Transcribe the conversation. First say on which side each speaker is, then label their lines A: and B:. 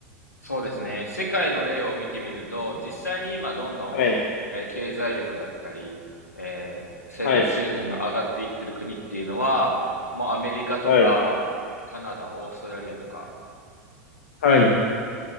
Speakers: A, on the left; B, on the left.
A: そうですね。世界の例を見てみると、実際に今どんどん、
B: はい、
A: えー経済力だったり、えー生活水準が上がっていってる国っていうのは、
B: はい、
A: もうアメリカとか、
B: はい、
A: カナダ、オーストラリアとか、
B: はい、